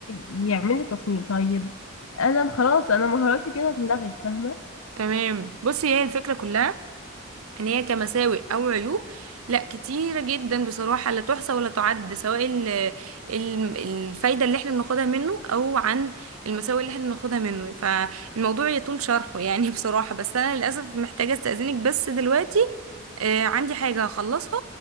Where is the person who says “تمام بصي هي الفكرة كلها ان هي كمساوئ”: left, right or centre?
Right